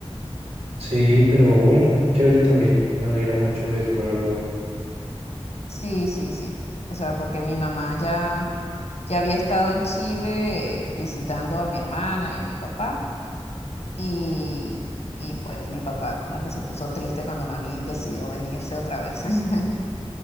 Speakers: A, on the right; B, on the left.
A: Sí, pero bueno, chévere también. Me alegra mucho eso, la verdad.
B: Sí, sí, sí. O sea, porque mi mamá ya, ya había estado en Chile eh, visitando a mi hermana y a mi papá. Y, y pues mi papá como que se puso triste cuando mami decidió venirse otra vez. <laughs>